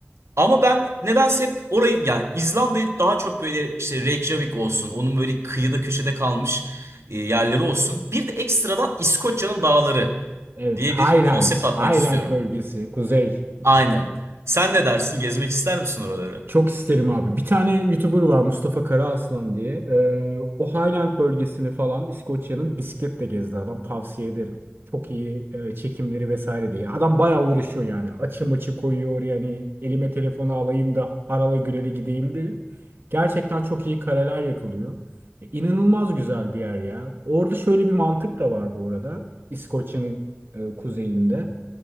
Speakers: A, on the right (about 80°); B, on the right (about 55°).
A: Ama ben nedense hep orayı yani İzlanda'yı daha çok böyle işte Reykjavik olsun. Onun böyle kıyıda köşede kalmış e, yerleri olsun. Bir de ekstradan İskoçya'nın dağları
B: Evet,
A: diye
B: Highlands,
A: bir konsept atmak
B: Highland
A: istiyorum.
B: bölgesi, kuzey.
A: Aynen. Sen ne dersin? Gezmek ister misin oraları?
B: Çok isterim abi. Bir tane YouTuber var Mustafa Karaaslan diye. Ee, o Highland bölgesini falan İskoçya'nın bisikletle gezdi adam. Tavsiye ederim. Çok iyi e, çekimleri vesaire diye. Adam bayağı uğraşıyor yani. Açı maçı koyuyor yani. Elime telefonu alayım da harala gürele gideyim diye. Gerçekten çok iyi kareler yakılıyor. E, İnanılmaz güzel bir yer ya. Orada şöyle bir mantık da var bu arada. İskoçya'nın e, kuzeyinde.